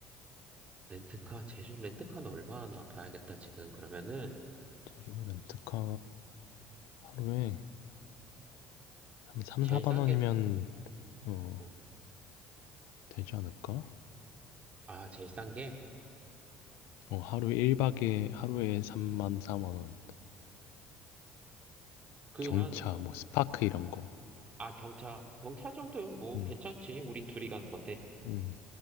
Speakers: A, on the right; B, on the left.
A: 렌트카, 제주 렌트카는 얼마나 봐야겠다, 지금. 그러면은,
B: 제주도 렌트카 하루에 한 3,
A: 제일
B: 4만
A: 싼
B: 원이면
A: 게,
B: 어,
A: 어,
B: 되지 않을까?
A: 아, 제일 싼 게?
B: 어, 하루에 1박에 하루에 3만, 4만 원.
A: 그게
B: 경차,
A: 한,
B: 뭐 스파크 이런 거.
A: 아, 경차. 경차 정도면 뭐,
B: 음,
A: 괜찮지. 우리 둘이 가는 건데.
B: 음,